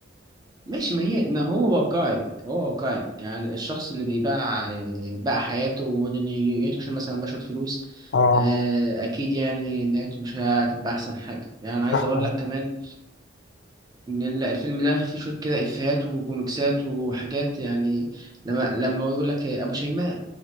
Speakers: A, on the right (about 20°); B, on the left (about 55°).
A: مش ما هي ما هو واقعي هو واقعي يعني الشخص اللي بيباع آه، باع حياته ودنيته عشان مثلا بشرة فلوس
B: اه
A: آه، أكيد يعني نهايته مش هتبقى أحسن حاجة يعني أنا عايز
B: راح
A: أقول
B: عليه.
A: لك كمان إن ال- الفيلم ده فيه شوية كده إفيهات وكوميكسات وحاجات يعني لما لما هو يقول لك إيه، أبو شيماء